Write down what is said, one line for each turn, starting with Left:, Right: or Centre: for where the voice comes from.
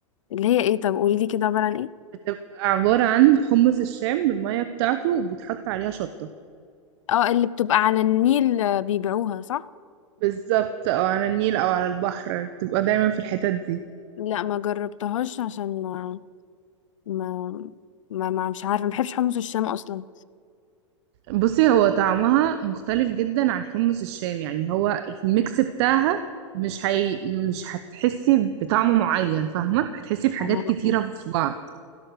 Left: اللي هي ايه طب قوليلي كده عبارة عن ايه
Right: بتبقى عبارة عن حمص الشام بالمية بتاعته وبيتحط عليها شطة
Left: اه اللي بتبقى على النيل آه، بيبيعوها صح
Right: بالظبط او على النيل او على البحر بتبقى دايما في الحتات دي
Left: لا ما جربتهاش عشان ما ما ما, ما مش عارفه ما بحبش حمص الشام اصلا
Right: بصي هو طعمها مختلف جدا عن حمص الشام يعني هو الميكس بتاعها مش هي... مش هتحسي بطعم معين فاهمة هتحسي بحاجات
Left: <laughs>
Right: كتيرة في بعض